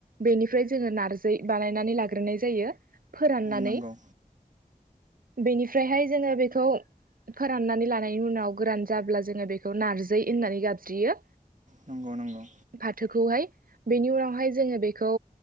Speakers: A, on the right (about 70°); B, on the right (about 55°).
A: बेनिफ्राय जोंङो नार्जौ बानायनानै लाग्रोनाय जायो फोराननानै।
B: नंगौ
A: बेनिफ्रायहाय जोंङो बेखौ। फोराननानै लानायनि उनाव गोरान जाब्ला जोङो बेखौ नारजि होननानै गाबज्रियो।
B: नंगौ नंगौ।
A: थोर खौहाय बेनि उनावहाय जोङो बेखौ।